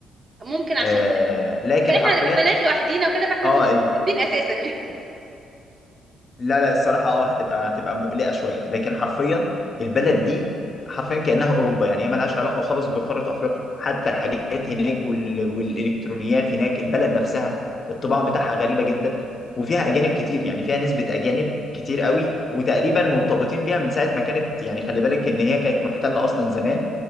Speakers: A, on the right; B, on the left.
A: ممكن عشان
B: آه،
A: كده
B: لكن
A: لكن احنا
B: حرفيا
A: هنبقى بنات لوحدينا وكده فاحنا
B: اه
A: كنا مستخبيين اساسا يعني <laughs>
B: لا لا الصراحة اه هتبقى هتبقى مقلقة شوية لكن حرفيا البلد دي حرفيا كأنها أوروبا يعني هي ملهاش علاقة خالص بقارة أفريقيا حتى الحاجات هناك وال... والإلكترونيات هناك البلد نفسها الطباع بتاعها غريبة جدا وفيها أجانب كتير يعني فيها نسبة أجانب كتير قوي وتقريبا مرتبطين بيها من ساعة ما كانت يعني خلي بالك إن هي كانت محتلة أصلا زمان